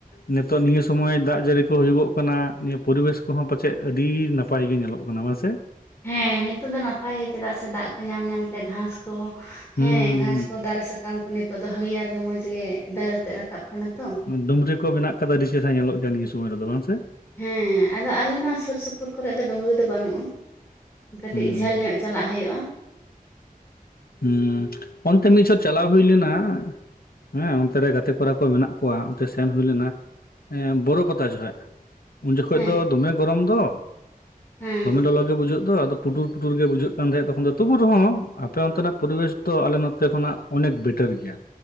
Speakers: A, on the left; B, on the left.
A: ᱱᱤᱛᱚᱜ ᱱᱤᱭᱟᱹ ᱥᱚᱢᱚᱭ ᱫᱟᱜ ᱡᱟᱹᱲᱤ ᱠᱚ ᱦᱩᱭᱩᱜᱚᱜ ᱠᱟᱱᱟ ᱱᱤᱭᱟᱹ ᱯᱚᱨᱤᱵᱮᱥ ᱠᱚᱦᱚᱸ ᱯᱟᱪᱮᱫ ᱟᱹᱰᱤ ᱱᱟᱯᱟᱭ ᱜᱮ ᱧᱮᱞᱚᱜ ᱠᱟᱱᱟ ᱵᱟᱝ ᱥᱮ?
B: ᱦᱮᱸ ᱱᱤᱛᱚᱜ ᱫᱚ ᱱᱟᱯᱟᱭ ᱜᱮ ᱪᱮᱫᱟᱜ ᱥᱮ ᱫᱟᱜ ᱠᱚ ᱧᱟᱢ ᱧᱟᱢᱛᱮ ᱜᱷᱟᱸᱥ ᱠᱚᱦᱚᱸ
A: ᱦᱩᱸ
B: ᱦᱮᱸ ᱜᱷᱟᱸᱥᱼᱼ
A: ᱦᱩᱸ
B: ᱛᱚ ᱫᱟᱨᱮ ᱥᱟᱠᱟᱢ ᱠᱚ ᱱᱤᱛᱚᱜ ᱫᱚ ᱦᱟᱹᱲᱤᱭᱟᱹᱨ ᱜᱮ ᱢᱚᱡᱽ ᱜᱮ ᱰᱟᱹᱨ ᱟᱛᱮᱜ ᱨᱟᱠᱟᱵ ᱠᱟᱱᱟ ᱛᱚ᱾
A: ᱰᱩᱢᱨᱤ ᱠᱚ ᱢᱮᱱᱟᱜ ᱟᱠᱟᱫᱟ ᱟᱹᱰᱤ ᱪᱮᱦᱨᱟ ᱧᱮᱞᱚᱜ ᱜᱮᱭᱟ ᱱᱤᱭᱟᱹ ᱥᱳᱢᱚᱭ ᱨᱮᱫᱚ ᱵᱟᱝ ᱥᱮ?
B: ᱦᱮᱸ ᱟᱫᱚ ᱟᱞᱮ ᱱᱚᱣᱟ ᱥᱩᱨ ᱥᱩᱯᱩᱨ ᱠᱚᱨᱮ ᱫᱚ ᱰᱩᱝᱨᱤ ᱫᱚ ᱵᱟᱹᱱᱩᱜᱼᱟ ᱠᱟᱹᱴᱤᱡ
A: ᱦᱩᱸ ᱦᱩᱸ
B: ᱡᱷᱟᱹᱞ
A: ᱦᱩᱸ
B: ᱧᱚᱜᱼᱼ ᱪᱟᱞᱟᱜ ᱦᱩᱭᱩᱜᱼᱟ᱾
A: ᱦᱩᱸ ᱚᱱᱛᱮ ᱢᱤᱫ ᱪᱷᱚᱴ ᱪᱟᱞᱟᱣ ᱦᱩᱭ ᱞᱮᱱᱟ, ᱦᱮᱸ ᱚᱱᱛᱮᱨᱮ ᱜᱟᱛᱮ ᱠᱚᱲᱟ ᱠᱚ ᱢᱮᱱᱟᱜ ᱠᱚᱣᱟ ᱚᱱᱛᱮ ᱥᱮᱱ ᱦᱩᱭ ᱞᱮᱱᱟ᱾ ᱵᱳᱨᱳ ᱯᱟᱛᱟ ᱡᱚᱠᱷᱚᱱ ᱩᱱ ᱡᱚᱠᱷᱚᱱ
B: ᱦᱮᱸ
A: ᱫᱚ ᱫᱚᱢᱮ ᱜᱚᱨᱚᱢ ᱫᱚ᱾
B: ᱦᱮᱸ
A: ᱫᱚᱢᱮ ᱞᱚᱞᱚ ᱜᱮ ᱵᱩᱡᱷᱟᱹᱜ ᱫᱚ ᱟᱫᱚ ᱯᱩᱴᱩᱨ ᱯᱩᱴᱩᱨ ᱜᱮ ᱵᱩᱡᱷᱟᱹᱜ ᱠᱟᱱ ᱛᱟᱦᱮᱸᱫ ᱛᱚᱠᱷᱚᱱ ᱫᱚ ᱛᱩᱵᱩ ᱨᱮᱦᱚᱸᱼᱼ ᱟᱯᱮ ᱚᱱᱛᱮᱱᱟᱜ ᱯᱚᱨᱤᱵᱮᱥ ᱫᱚ ᱟᱞᱮ ᱱᱚᱛᱮ ᱠᱷᱚᱱᱟᱜ ᱚᱱᱮᱠ ᱵᱮᱴᱟᱨ ᱜᱮᱭᱟ᱾